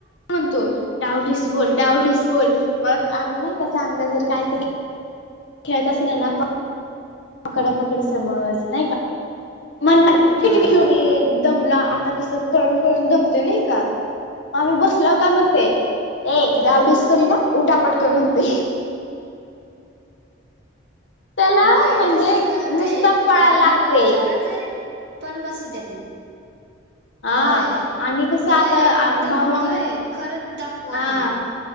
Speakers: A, on the left; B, on the right.
A: म्हणतो डावडीस बोल डावडीच बोल मग आम्ही नाही का चांगलं जर काहीतरी खेळत असे ना. पकडापकडी समज नाही का म्हणणार
B: हा
A: किती खेऊन येन. दमला आता कसं पळून पळून दमतो नाही का मग आम्ही बसला काय मग ते ऐ डावडीच
B: हा
A: करीन अ उठा पटकन म्हणते. त्याला
B: होय
A: म्हणजे
B: तसच करते
A: नुसता पळायला
B: आणि
A: लागते
B: लो जरा जरी पण बसू देत नाही.
A: हा
B: होय
A: आणि कसं आता
B: तोय एकदम
A: भाऊ मामा
B: तोय खरंच दाखवत
A: हा
B: नाही.